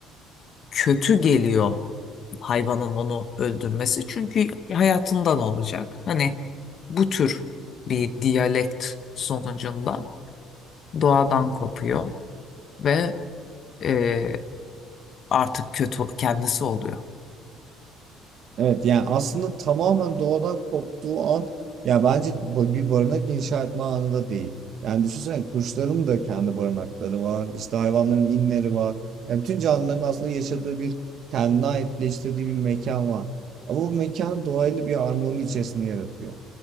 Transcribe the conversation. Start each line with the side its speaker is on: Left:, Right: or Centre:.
Left: kötü geliyor hayvanın onu öldürmesi. Çünkü hayatından olacak. Hani bu tür bir diyalekt sonucunda doğadan kopuyor ve e, artık kötü kendisi oluyor.
Right: evet yani aslında tamamen doğadan koptuğu an ya bence ba- bir barınak inşa etme anı da değil. Yani düşünsene kuşların da kendi barınakları var. işte hayvanların inleri var. Ya bütün canlıların aslında yaşadığı bir kendine aitleştirdiği bir mekan var. Ama bu mekan doğayla bir harmoni içerisinde yaratıyor.